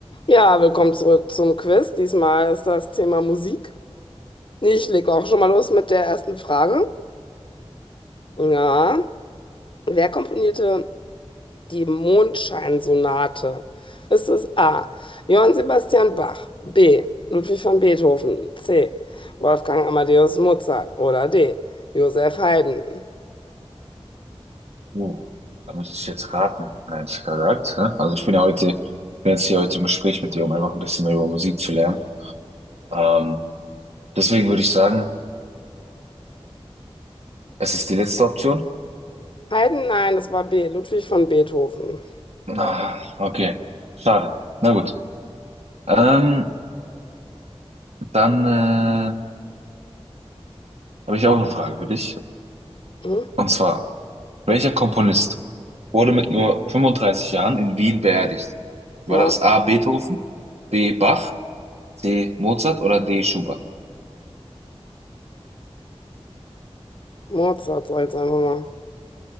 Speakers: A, on the left; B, on the right.
A: Ja, willkommen zurück zum Quiz. Diesmal ist das Thema Musik. Ich lege auch schon mal los mit der ersten Frage. Ja, wer komponierte die Mondscheinsonate? Ist es A. Johann Sebastian Bach, B. Ludwig van Beethoven, C. Wolfgang Amadeus Mozart oder D. Joseph Haydn?
B: Oh, da müsste ich jetzt raten, ehrlich gesagt. ne? Also ich bin ja heute, ich bin jetzt hier heute im Gespräch mit dir, um einfach ein bisschen mehr über Musik zu lernen. Ähm, deswegen würde ich sagen, es ist die letzte Option.
A: Haydn, nein, es war B. Ludwig van Beethoven.
B: Ah, okay, schade. Na gut. Ähm, dann äh, habe ich auch eine Frage für dich.
A: Hm?
B: Und zwar, welcher Komponist wurde mit nur 35 Jahren in Wien beerdigt?
A: Ja,
B: War das A. Beethoven, B. Bach, C. Mozart oder D. Schubert?
A: Mozart, sag ich jetzt einfach mal.